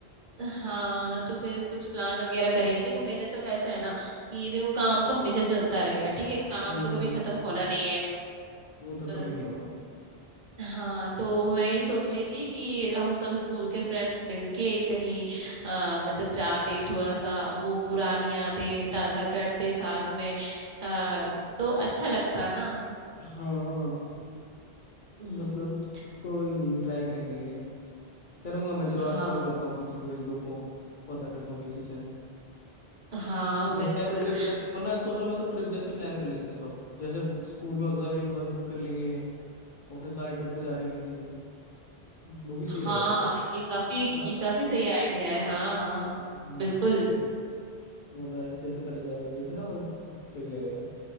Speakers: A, on the right; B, on the left.
A: हाँ तो फिर कुछ प्लान वगैरह करेंगे देखो मेरे तो ऐसा है ना कि ये देखो काम तो हमेशा चलता रहेगा ठीक है काम
B: हम्म
A: तो कभी खत्म होना नहीं है
B: वो तो
A: अ,
B: कभी नहीं होगा
A: हाँ तो मैं यही सोच रही थी कि हम सब स्कूल के फ्रेंड्स मिलके कहीं अ, मतलब जाते थोड़ा सा वो पुरानी यादें ताजा करते साथ में अ, तो अच्छा लगता ना
B: हाँ
A: हम्म
B: मतलब कोई नहीं ट्राई करेंगे ये। करूंगा मैं चलो
A: हाँ
B: आज कॉल करता हूँ किसी को एक दो को पता करता हूँ किसी से
A: हाँ
B: वरना
A: बिल्कुल
B: यार ट्रिप जैसे वरना सोच रहा हूँ मैं तो ट्रिप जैसे प्लान कर लेते हैं सब जैसे स्कूल में होता था एक बस बुक कर लेंगे और फिर सारे ट्रिप पे जा रहे हैं किसी मूवी सही
A: हाँ
B: रहेगा
A: ये काफी
B: है ना
A: ये काफी सही आइडिया है हाँ हाँ
B: हम्म,
A: बिल्कुल
B: मतलब ऐसे जैसे पहले जाया करते थे ना तो सही रहेगा